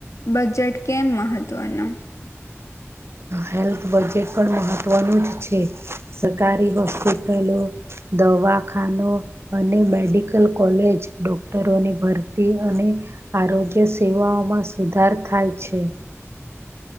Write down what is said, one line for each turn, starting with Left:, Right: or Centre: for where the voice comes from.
Left: બજેટ કેમ મહત્વનું?
Right: હેલ્થ બજેટ પણ મહત્વનું જ છે, સરકારી હોસ્પિટલો દવાખાનો અને મેડિકલ, કોલેજ ડોક્ટરોની ભરતી અને આરોગ્ય સેવાઓમાં સુધાર થાય છે.